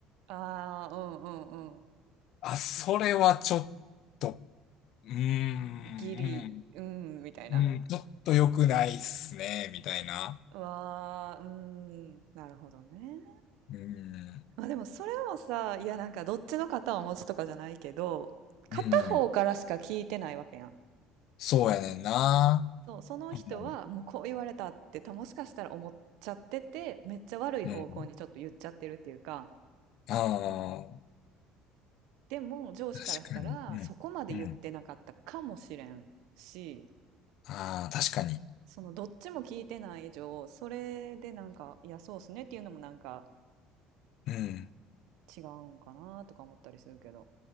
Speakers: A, on the right; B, on the left.
A: ああーうんうんうん
B: あ、それはちょっと、うーん、
A: ギリうんみたいな
B: うん、うん、ちょっと良くないっすね、みたいな。
A: うわーうんなるほどね
B: うん。
A: まあでもそれもさ、いやなんかどっちの肩を持つとかじゃないけど、片方からしか聞いてないわけやん。
B: うん。そうやねんな。
A: そう、その人はもうこう言われたってたもしかしたら思っちゃってて、
B: あの
A: めっちゃ悪い方向にちょっと言っちゃってるっていうか、
B: うん。あ
A: でも上司からしたらそこまで言ってなかったかもしれんし、
B: あ、確かに。うん。うん。ああ、確かに。
A: そのどっちも聞いてない以上、それでなんか、いやそうっすねっていうのもなんか
B: うん。
A: 違うんかなとか思ったりするけど。